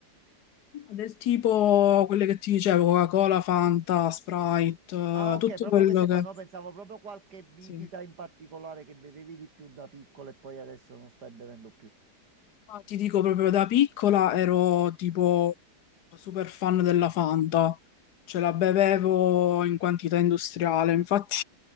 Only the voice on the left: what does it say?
Del tipo quelle che ti dicevo, Coca-Cola, Fanta, Sprite, eh,
tutto
quello
che...
Sì.
Ma ti dico proprio da piccola ero tipo super fan della Fanta, ce la bevevo in quantità industriale, infatti...